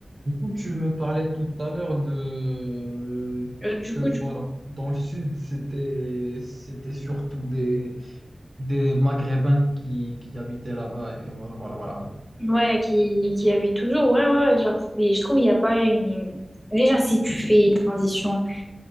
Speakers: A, on the right; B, in the centre.
A: Du coup, tu me parlais tout à l'heure de
B: Euh, du
A: que
B: coup,
A: voilà,
B: du coup,
A: dans le sud, c'était c'était surtout des des Maghrébins qui, qui habitaient là-bas et voilà voilà voilà. voilà.
B: ouais, qui, qui habite toujours, ouais, ouais, ouais, genre, c'est- je trouve, il n'y a pas une... Déjà, si tu fais une transition